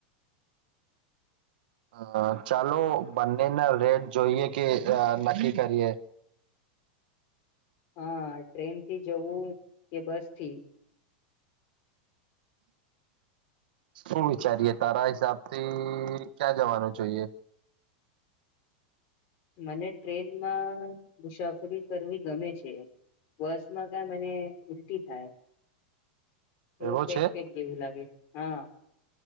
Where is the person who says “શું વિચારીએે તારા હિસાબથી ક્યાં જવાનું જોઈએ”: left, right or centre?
Right